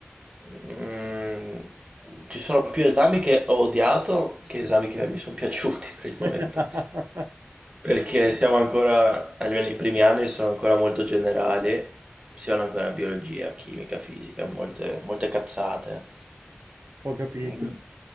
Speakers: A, on the right; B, on the right.
A: mm, ci sono più esami che ho odiato che esami che
B: Mhm.
A: mi sono piaciuti per il momento.
B: <laughs>
A: Perché siamo ancora, almeno i primi anni sono ancora molto generali, siano ancora biologia, chimica, fisica, molte, molte cazzate.
B: Ho capito.
A: Mm,